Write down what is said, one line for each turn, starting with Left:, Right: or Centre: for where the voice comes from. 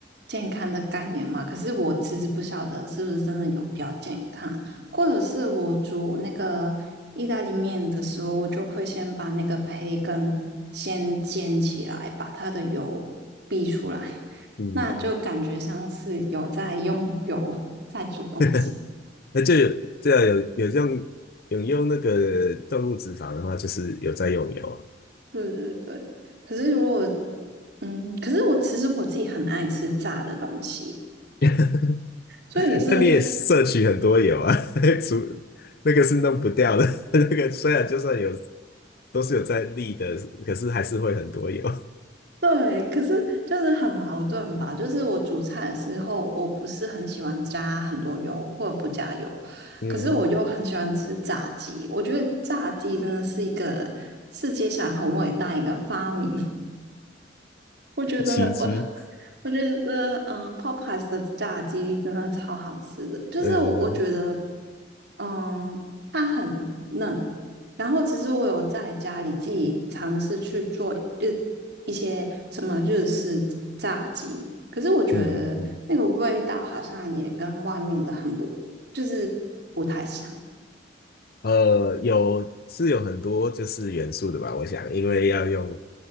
Right: 健康的概念嘛。可是我其实不晓得是不是真的有比较健康，或者是我煮那个意大利面的时候，我就会先把那个培根先煎起来，把它的油逼出来，<laughs>
Left: 嗯，
Right: 那就感觉像是有在用油在煮东西。
Left: <laughs> 那就有对啊，有有用有用那个动物脂肪的话，就是有在用油啊。
Right: 对对对。可是如果嗯，可是我其实我自己很爱吃炸的东西，
Left: <laughs>
Right: 所以也是
Left: <laughs> 那你也摄取很多油啊，
Right: <laughs>
Left: <laughs> 除那个是弄不掉的，<laughs> 那个虽然就算有都是有在立的，可是还是会很多油。
Right: 对，可是就是很矛盾吧。就是我煮菜的时候，我不是很喜欢加很多油或者不加油，
Left: 嗯
Right: 可是我又很喜欢吃炸鸡。我觉得炸鸡真的是一个世界上很伟大一个发明，我觉得我，
Left: 奇迹，
Right: 我觉得，嗯、呃 p o p e y e s 的炸鸡真的超好吃的，就是我我觉得，
Left: 呃
Right: 嗯，它很嫩。然后其实我有在家里自己尝试去做日一些什么日式炸鸡，可是我觉得那个味道好像也跟外面的很不，
Left: 嗯嗯嗯，
Right: 就是不太像。
Left: 呃，有是有很多就是元素的吧，我想，因为要用，